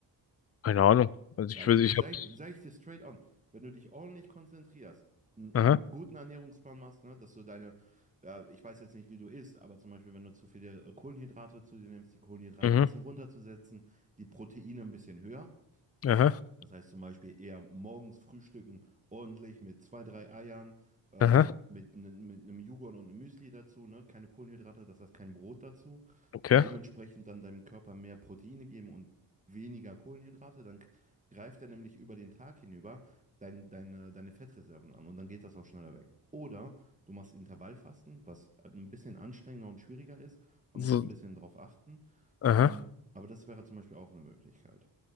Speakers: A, on the left; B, on the right.
A: keine Ahnung. Also
B: Sag
A: ich
B: ich,
A: würde,
B: sag
A: ich hab's.
B: ich, sag ich dir straight on, wenn du dich ordentlich konzentrierst, einen,
A: Aha.
B: einen guten Ernährungsplan machst, ne, dass du deine, ja, ich weiß jetzt nicht, wie du isst, aber zum Beispiel, wenn du zu viele äh, Kohlenhydrate zu dir nimmst, die Kohlenhydrate
A: Mhm.
B: ein bisschen runterzusetzen, die Proteine ein bisschen höher
A: Aha.
B: das heißt zum Beispiel eher morgens frühstücken, ordentlich mit zwei, drei Eiern, ähm,
A: Aha.
B: mit, ne, mit einem Joghurt und einem Müsli dazu, ne? Keine Kohlenhydrate, das heißt kein Brot dazu.
A: Okay.
B: Und dementsprechend dann deinem Körper mehr Proteine geben und weniger Kohlenhydrate. Dann k- greift er nämlich über den Tag hinüber dein, deine, deine Fettreserven an und dann geht das auch schneller weg. Oder du machst Intervallfasten, was äh, ein bisschen anstrengender und schwieriger ist. Da musst
A: So,
B: du ein bisschen drauf achten.
A: aha.
B: Ähm, aber das wäre zum Beispiel auch eine Möglichkeit.